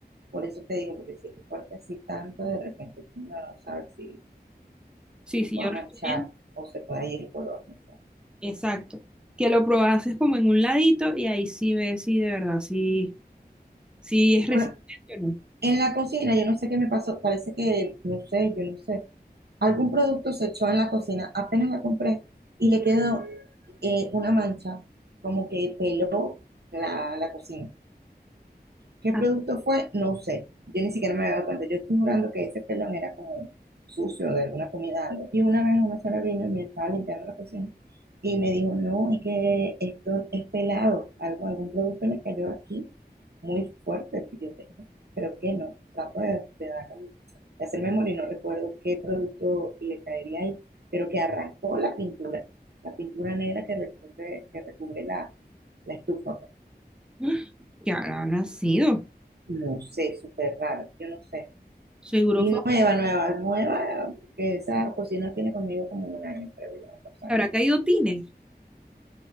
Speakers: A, on the right; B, in the centre.
A: por eso te digo, porque si es fuerte así tanto, de repente uno no sabe si,
B: Sí,
A: si
B: sí,
A: pueda
B: yo recomiendo.
A: manchar o se puede ir el color. no sé.
B: Exacto. Que lo probases como en un ladito y ahí sí ves si de verdad si, si es resistente
A: Bueno,
B: o no.
A: en la cocina, yo no sé qué me pasó, parece que, no sé, yo no sé, algún producto se echó en la cocina, apenas la compré y le quedó eh, una mancha, como que peló la, la cocina. ¿Qué
B: Ah,
A: producto fue? No sé. Yo ni siquiera me había dado cuenta. Yo estoy jurando que ese pelón era como sucio de alguna comida, algo. Y una vez una señora vino y me estaba limpiando la cocina y me dijo, no, es que esto es pelado, algo, algún producto le cayó aquí muy fuerte que yo tengo. Creo que no. Trato de, de dar- de hacer memoria y no recuerdo qué producto le caería ahí, pero que arrancó la pintura. La pintura negra que recubre, que recubre la, la estufa, pues.
B: <gasps> ¿qué habrá sido?
A: No sé, súper raro, yo no sé.
B: Seguro
A: Y
B: fue-
A: nueva, nueva, nueva, que esa cocina tiene conmigo como un año, creo yo, dos años.
B: habrá caído tines,